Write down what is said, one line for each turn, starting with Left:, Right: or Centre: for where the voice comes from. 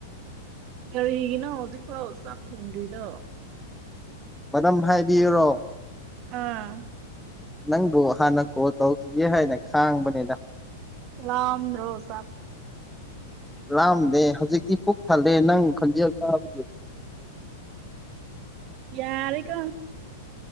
Right: ꯀꯔꯤꯒꯤꯅꯣ ꯍꯧꯖꯤꯛꯐꯥꯎ ꯆꯥꯛ ꯊꯣꯡꯗ꯭ꯔꯤꯗꯣ
Centre: ꯃꯝ ꯍꯥꯏꯕꯤꯌꯨꯔꯣ
Right: ꯑꯥ
Centre: ꯅꯪꯕꯨ ꯍꯥꯟꯅ ꯀꯣꯜ ꯇꯧꯈꯤꯒꯦ ꯍꯥꯏꯅ ꯈꯥꯡꯕꯅꯤꯅ
Right: ꯀꯝ ꯔꯣꯁ
Centre: ꯂꯥꯑꯝꯗꯦ ꯍꯧꯖꯤꯛꯇꯤ ꯄꯨꯛ ꯊꯜꯂꯦ ꯅꯪ ꯈꯟꯖꯦꯜ ꯇꯥꯕ
Right: ꯌꯥꯔꯀꯣ